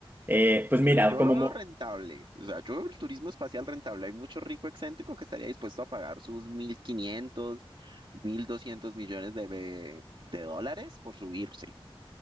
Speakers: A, on the right; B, on the right.
A: Eh, pues mira,
B: Porque yo
A: como,
B: lo veo
A: mo-
B: rentable, o sea, yo veo el turismo espacial rentable. Hay mucho rico excéntrico que estaría dispuesto a pagar sus mil quinientos mil doscientos millones de, ve- de dólares por subirse.